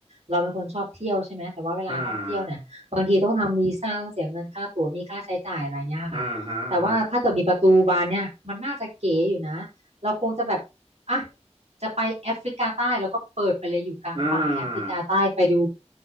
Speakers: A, on the right (about 70°); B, on the right (about 50°).
A: เราเป็นคนชอบเที่ยวใช่ไหมแต่ว่าเวลาท่องเที่ยวเนี่ยบางทีต้องทำวีซ่าต้องเสียเงินค่าตั๋วมีค่าใช้จ่ายอะไรเงี้ยค่ะแต่ว่าถ้าเกิดมีประตูบานเนี่ยมันน่าจะเก๋อยู่นะเราคงจะแบบ
B: อืมอืมฮึอืมฮึ
A: อ่ะจะไปแอฟริกาใต้แล้วก็เปิดไปเลยอยู่กลางป่าแอฟริกาใต้ไปดู
B: อืม